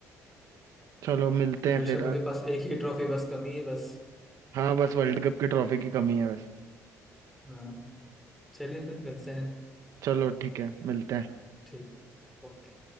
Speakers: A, on the right (about 60°); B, in the centre.
A: चलो मिलते
B: रोहित
A: हैं फिर
B: शर्मा के पास एक ही ट्रॉफी बस कमी है बस
A: हाँ बस वर्ल्ड कप की ट्रॉफी की कमी है बस
B: हाँ चलिए फिर मिलते हैं
A: चलो ठीक है मिलते हैं
B: ठीक ओके